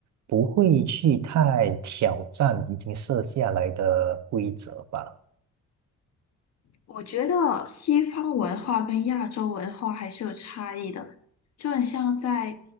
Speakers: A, on the right (about 65°); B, on the left (about 60°).
A: 不会去太挑战已经设下来的规则吧。
B: 我觉得西方文化跟亚洲文化还是有差异的，就很像在，